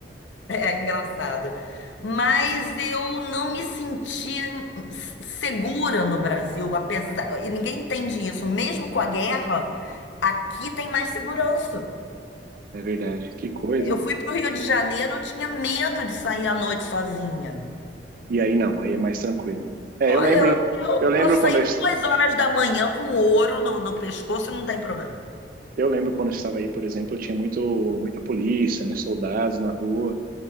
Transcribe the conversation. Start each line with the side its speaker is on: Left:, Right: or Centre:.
Left: <laughs> É engraçado. Mas eu não me senti s- segura no Brasil, apesar. E ninguém entende isso. Mesmo com a guerra, aqui tem mais segurança.
Right: É verdade. Que coisa,
Left: Eu
Right: hein?
Left: fui para o Rio de Janeiro, eu tinha medo de sair à noite sozinha.
Right: E aí não, aí é mais tranquilo. É,
Left: Olha,
Right: eu lembro,
Left: eu eu
Right: eu lembro
Left: posso
Right: quando
Left: sair
Right: eu, es-
Left: duas horas da manhã com ouro no, no pescoço, não tem problema.
Right: eu lembro quando eu estava aí, por exemplo, eu tinha muito muita polícia, né, soldados na rua,